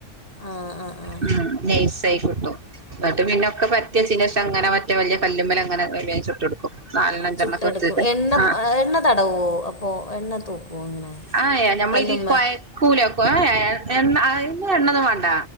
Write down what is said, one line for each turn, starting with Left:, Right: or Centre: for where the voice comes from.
Left: ആ ആ ആ
Right: ഉം നൈസായി കിട്ടും. ന്നട്ട് പിന്നൊക്കെ പരത്തി വെച്ചേനു ശേഷം അങ്ങനെ മറ്റേ വല്യ കല്ലുമ്മലങ്ങനെ വേം വേം ചുട്ടെടുക്കും. നാലെണ്ണം അഞ്ചെണ്ണൊക്കെ
Left: ചുട്ടെടുക്കും.
Right: വെച്ചിട്ട്
Left: എണ്ണ
Right: ആഹ്
Left: എണ്ണ തടവോ അപ്പോ എണ്ണ തൂക്കോ ഇങ്ങനെ.
Right: ആഹ് എ ഞമ്മളിതി
Left: കല്ലുമ്മേ
Right: കൊയക്കൂലെ അപ്പോ ഏയേ ആയെ എണ്ണ അയ്‌ന് എണ്ണൊന്നും വാണ്ട.